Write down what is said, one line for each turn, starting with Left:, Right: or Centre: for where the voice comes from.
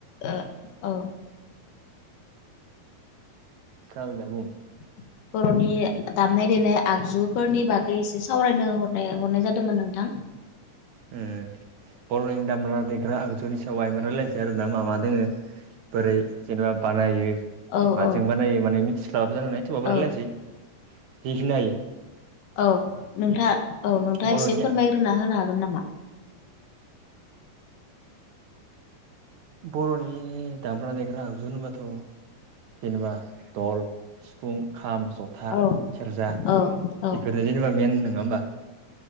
Left: ओ औ।
Right: खोनादों दे बुं।
Left: <inaudible> बर'नि दामनाय देनाय आगजुफोरनि बागै एसे सावरायनो हरनाय हरनाय जादोंमोन नोंथां।
Right: उम बर'नि दामग्रा देग्रा आगजुनि सायाव आइम रायलायनोसै आरो ना मा मा दोङो। बोरै जेनेबा बानायो।
Left: औ
Right: माजों
Left: औ
Right: बानायो माने मिथिस्लाबाबो जानोहानाय थेवाबबो
Left: औ
Right: रायलायनोसै हिखिनायो।
Left: औ नोंथाङा औ नोंथाङा
Right: बर'नि
Left: एसे फोरमायग्रोना होनो हागोन नामा?
Right: बर'नि दाम्रा देग्रा आगजुहोनोबाथ' जेनेबा दल सिफुं खाम ज था
Left: औ
Right: सेरजा
Left: औ औ
Right: एफोरो जेनेबा मेन नङा होमबा।